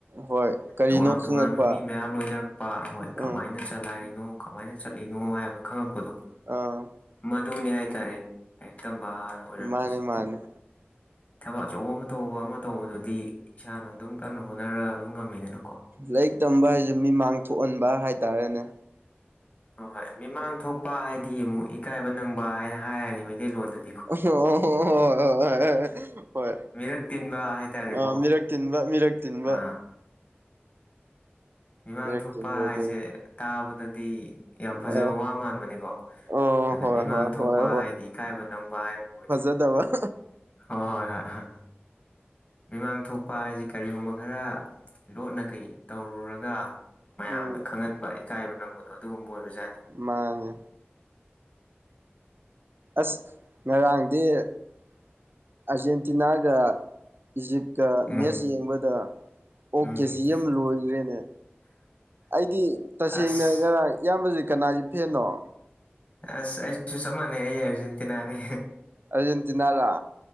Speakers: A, on the right (about 60°); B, on the left (about 35°).
A: ꯍꯣꯏ ꯀꯔꯤꯅꯣ
B: ꯇꯣꯉꯥꯟ
A: ꯈꯪꯉꯛꯄ
B: ꯇꯣꯉꯥꯟꯕ ꯃꯤ ꯃꯌꯥꯝ ꯂꯣꯏꯅꯔꯛꯄ ꯍꯣꯏ
A: ꯎꯝ
B: ꯀꯃꯥꯏꯅ ꯆꯂꯥꯏꯔꯤꯅꯣ ꯀꯃꯥꯏꯅ ꯆꯠꯂꯤꯅꯣ ꯍꯥꯏꯕꯗꯨꯣ ꯈꯪꯉꯛꯄꯗꯣ
A: ꯑꯥ
B: ꯃꯗꯨꯅꯦ ꯍꯥꯏꯇꯥꯔꯦ ꯍꯦꯛꯇ ꯕꯥꯔ ꯑꯣꯏꯔꯝꯃꯤꯁꯦ
A: ꯃꯥꯅꯦ ꯃꯥꯅꯦ
B: ꯊꯕꯛ ꯑꯆꯧꯕ ꯑꯃ ꯇꯧꯕ ꯑꯃ ꯇꯧꯕꯗꯨꯗꯤ ꯏꯁꯥꯅ ꯑꯗꯨꯝ ꯀꯟꯅ ꯍꯣꯠꯅꯔꯒ ꯑꯗꯨꯝ ꯉꯝꯃꯤꯗꯅꯣ
A: ꯂꯥꯏꯔꯤꯛ ꯇꯝꯕ ꯍꯥꯏꯁꯦ ꯃꯤꯃꯥꯡ ꯊꯣꯛꯍꯟꯕ ꯍꯥꯏꯇꯥꯔꯦꯅꯦ
B: ꯍꯣꯏ ꯍꯣꯏ ꯃꯤꯃꯥꯡ ꯊꯣꯛꯄ ꯍꯥꯏꯗꯤ ꯑꯃꯨꯛ ꯏꯀꯥꯏꯕ ꯅꯪꯕ ꯍꯥꯏꯅ ꯍꯥꯏꯔꯅꯤ ꯃꯩꯇꯩꯂꯣꯟꯗꯁꯨ
A: ꯑꯣ ꯍꯣꯏ ꯍꯣꯏ ꯍꯣꯏ ꯍꯣꯏ ꯍꯣꯏ ꯍꯣꯏ
B: ꯃꯤꯔꯛ ꯇꯤꯟꯕ ꯍꯥꯏꯇꯥꯔꯦꯀꯣ
A: ꯑ ꯃꯤꯔꯛ ꯇꯤꯟꯕ ꯃꯤꯔꯛ ꯇꯤꯟꯕ
B: ꯑꯥ ꯃꯤꯃꯥꯡ
A: ꯃꯤꯔꯛ
B: ꯊꯣꯛꯄ
A: ꯇꯤꯟꯕ ꯑꯗꯨꯅꯤ
B: ꯍꯥꯏꯁꯦ ꯇꯥꯕꯗꯗꯤ ꯌꯥꯝ ꯐꯖꯕ
A: ꯑꯥ
B: ꯋꯥ ꯃꯥꯟꯕꯅꯤꯀꯣ
A: ꯑꯣ
B: ꯑꯗꯣ
A: ꯍꯣꯏ
B: ꯃꯤꯃꯥꯡ
A: ꯍꯣꯏ
B: ꯊꯣꯛꯄ
A: ꯍꯣꯏ
B: ꯍꯥꯏꯗꯤ ꯏꯀꯥꯏꯕ ꯅꯪꯕ ꯍꯥꯏꯕ ꯑꯣꯏꯗꯤ
A: ꯗꯕ
B: ꯍꯣꯏ ꯍꯣꯏ ꯍꯣꯏ ꯃꯤꯃꯥꯡ ꯊꯣꯛꯄ ꯍꯥꯏꯁꯤ ꯀꯔꯤꯒꯨꯝꯕ ꯈꯔ ꯂꯣꯠꯅ ꯀꯩ ꯇꯧꯔꯨꯔꯒ ꯃꯌꯥꯝꯗ
A: ꯎꯝ
B: ꯈꯪꯍꯟꯕ ꯏꯀꯥꯏꯕ ꯅꯪꯕꯗꯣ ꯑꯗꯨꯒꯨꯝꯕ ꯑꯣꯏꯕꯖꯥꯠꯅꯤ
A: ꯃꯥꯅꯦ ꯑꯁ ꯉꯔꯥꯡꯗꯤ ꯑꯥꯔꯖꯦꯟꯇꯤꯅꯥꯒ ꯏꯖꯤꯞꯀ
B: ꯎꯝ
A: ꯃꯦꯠꯁ ꯌꯦꯡꯕꯗ ꯑꯣ
B: ꯎꯝ
A: ꯀꯦ ꯖꯤ ꯑꯃ ꯂꯣꯏꯈ꯭ꯔꯦꯅꯦ ꯑꯩꯗꯤ ꯇꯁꯦꯡꯅ
B: ꯑꯁ
A: ꯉꯔꯥꯡ ꯏꯌꯥꯝꯕꯁꯤ ꯀꯅꯥꯁꯨ ꯐꯦꯅꯣ
B: ꯑꯁ ꯑꯩꯁꯨ ꯆꯞ ꯃꯥꯟꯅꯩ ꯑꯩ ꯑꯔꯖꯦꯟꯇꯤꯅꯥꯅꯦ
A: ꯑꯔꯖꯦꯟꯇꯤꯅꯥ ꯔ